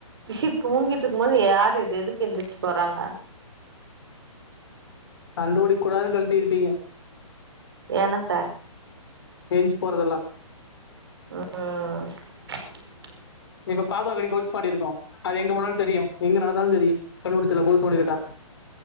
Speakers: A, on the right; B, on the left.
A: சி தூங்கிட்டு இருக்கும் போது யாரு இது எதுக்கு எந்திரிச்சு போறாங்க
B: கண்டுபிடிக்க கூடாதுன்ன கழுட்டிருப்பீங்க
A: என்னத்த
B: ஏஞ்சுபோறதல்லா
A: உஹ்
B: இப்ப பாப்பாக்கு கொலுசு மாட்டி இருக்கோம் அது எங்க போனாலும் தெரியும் எங்க நடந்தாலும் தெரியும் கண்டுபுடிச்சல்லாம் கொலுசு சவுண்டு கேட்டா